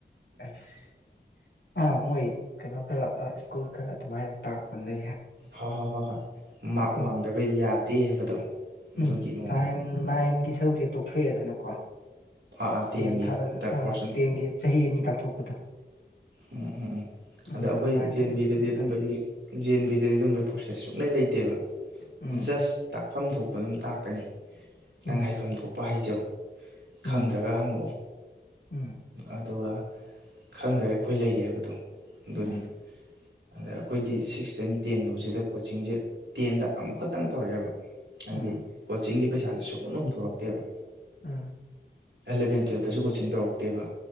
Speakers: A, on the left (about 80°); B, on the right (about 80°).
A: ꯑꯁ ꯑꯥ ꯃꯣꯏ ꯀꯩꯅꯣ ꯈꯔ ꯁ꯭ꯀꯨꯜ ꯈꯔ ꯑꯗꯨꯃꯥꯏꯅ ꯇꯥꯛꯄꯅꯦ
B: ꯍꯣꯏ ꯍꯣꯏ ꯍꯣꯏ ꯍꯣꯏ ꯃꯥꯛ
A: ꯎꯝ
B: ꯋꯥꯡꯗꯕ ꯌꯥꯗꯦ ꯍꯥꯏꯕꯗꯣ ꯑꯗꯨꯒꯤ
A: ꯎꯝ
B: ꯃꯑꯣꯡꯗ
A: ꯅꯥꯏꯟ ꯅꯥꯏꯟꯒꯤ ꯁꯔꯨꯛꯁꯦ ꯇꯣꯛꯊꯣꯛ ꯑꯦꯗꯅꯀꯣ
B: ꯑꯥ ꯇꯦꯟꯒꯤ
A: ꯇꯦꯟ ꯊꯥꯗ
B: ꯇꯛ
A: ꯑꯥ
B: ꯄꯣꯔꯁꯟ
A: ꯇꯦꯟꯒꯤ ꯆꯍꯤ ꯑꯅꯤ ꯇꯥꯛꯊꯣꯛꯄꯗꯣ
B: ꯎꯝ ꯎꯝ
A: ꯎꯝ
B: ꯑꯗ ꯑꯩꯈꯣꯏ
A: ꯑꯗꯨꯃꯥꯏꯅ
B: ꯖꯦꯑꯦꯟ
A: ꯇꯧꯕ
B: ꯕꯤꯗꯗꯤ
A: ꯁ꯭ꯀꯨꯜ ꯈꯔ
B: ꯑꯗꯨꯝꯕ ꯏ ꯖꯦ ꯑꯦꯟ ꯕꯤꯗꯗꯤ ꯑꯗꯨꯝꯕꯒꯤ ꯄ꯭ꯔꯣꯁꯦꯁ ꯁꯨꯡꯂꯩ ꯂꯩꯇꯦꯕ
A: ꯎꯝ
B: ꯖꯁ ꯇꯥꯛꯐꯝ ꯊꯣꯛꯄ ꯑꯗꯨꯝ ꯇꯥꯛꯀꯅꯤ ꯅꯪ
A: ꯎꯝ
B: ꯍꯩꯐꯝ ꯊꯣꯛꯄ ꯍꯩꯖꯧ
A: ꯎꯝ
B: ꯈꯪꯗ꯭ꯔꯒ ꯍꯪꯉꯛꯑꯣ
A: ꯎꯝ
B: ꯑꯗꯨꯒ ꯈꯪꯗ꯭ꯔꯒ ꯑꯩꯈꯣꯏ ꯂꯩꯔꯤ ꯍꯥꯏꯕꯗꯣ ꯑꯗꯨꯅꯤ
A: ꯎꯝ
B: ꯑꯗ ꯑꯩꯈꯣꯏꯗꯤ ꯁꯤꯛꯁ ꯇꯩ ꯇꯦꯟꯐꯥꯎꯁꯤꯗ ꯀꯣꯆꯤꯡꯁꯦ ꯇꯦꯟꯗ ꯑꯃꯨꯛꯈꯛꯇꯪ ꯇꯧꯔꯛꯑꯦꯕ ꯍꯥꯏꯗꯤ
A: ꯎꯝ
B: ꯀꯣꯆꯤꯡꯒꯤ ꯄꯩꯁꯥꯁꯦ ꯁꯨꯡꯍꯨꯟ ꯍꯨꯟꯗꯣꯔꯛꯇꯦꯕ
A: ꯎꯝ
B: ꯑꯦꯂꯚꯦꯟ ꯇꯨꯋꯦꯜꯐꯇꯁꯨ ꯀꯣꯆꯤꯡ ꯇꯧꯔꯛꯇꯦꯕ